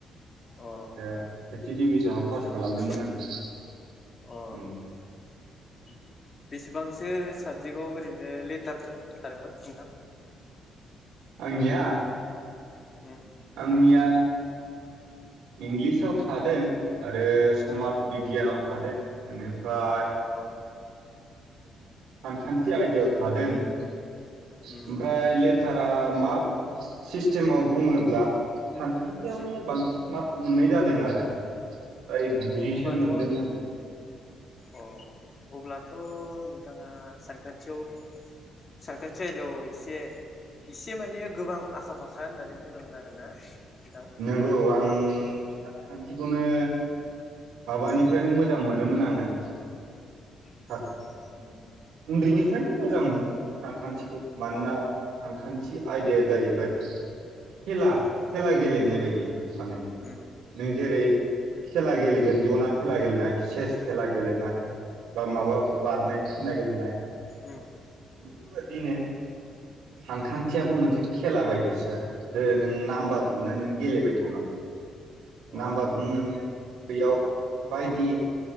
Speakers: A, on the left; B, on the right.
A: अ
B: रो दा सेथि दिभि सन आव पास खालामदोंमोन
A: उम उम
B: आङो।
A: अ
B: उम
A: <inaudible> बेसेबांसो साबजेक्टआव ओरैनो लेटार था-थादोंमोन नोंथां?
B: आंनिया?
A: उम
B: आंनिया इंलिसाव थादों आरो समाज
A: उम
B: बिगियानाव थादों इनिफ्राय
A: <inaudible>
B: सानखान्थि
A: उम
B: आयदायाव थादों ओमफ्राय
A: उम
B: लेथार आ मार्क सिस्टेमाव बुङोब्ला सानखान्थियावनो
A: उम अ
B: बांसिन मार्क मोननाय जादों आरो फ्राय गुजिसो
A: होमबाथ'
B: मोनदों आङो
A: अ अब्लाथ' नोंथाङा सानखान्थियाव सानखान्थि आयदायाव एसे एसे माने गोबां आखा फाखा होननानै बुंनांगोन आरोना नोंथां
B: नोंगौ आं सानखान्थिखौनो माबानिफ्रायनो
A: उम
B: मोजां मोनोमोन आङो
A: <unintelligible>
B: <unintelligible> उन्दैनिफ्रायनो मोजां मोनो सानखान्थि मानोना
A: अ
B: सानखान्थि आयदाया जाहैबाय खेला
A: उम
B: खेला गेलेनाय बायदि दि माने
A: उम
B: नों जेरै खेला गेले जेन जना खेला गेलेनाय सेस खेला गेलेनाय बा माबा बारनाय नाय
A: उम
B: बेफोरबायदिनो सानखान्थियाबो
A: उम
B: मोनसे खेला बायदिसो आरो जे नों नाम्बारखौनो
A: अ
B: नों गेलेबाय थानांगौ।
A: अ
B: नाम्बारखौनो नोङो बेयाव
A: उम
B: बायदि